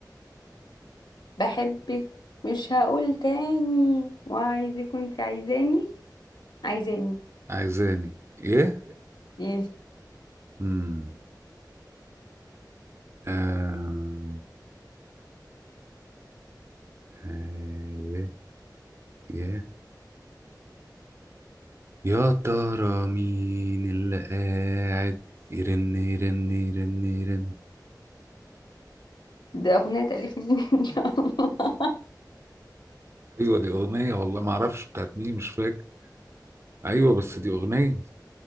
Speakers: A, on the left; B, on the right.
A: بحبك مش هقول تاني وعايزك وانت عايزاني عايزاني
B: عايزاني ايه
A: ايه
B: مم. آم. آه. يه. يه. يا ترى مين اللي قاعد يرن يرن يرن يرن
A: ده أغنية تأليف مين <laughs> ان شاء الله
B: ايوه دي اغنيه والله ما اعرفش بتاعت مين مش فاكر ايوه بس دي اغنيه